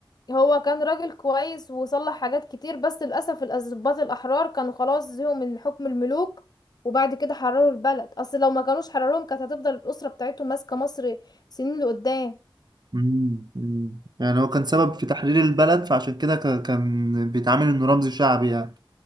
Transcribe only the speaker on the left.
هو كان راجل كويس وصلح حاجات كتير بس للأسف الضباط الأحرار كانوا خلاص زهقوا من حكم الملوك وبعد كده حرروا البلد أصل لو ما كانوش حرروهم كانت هتفضل الأسرة بتاعتهم ماسكة مصر سنين لقدام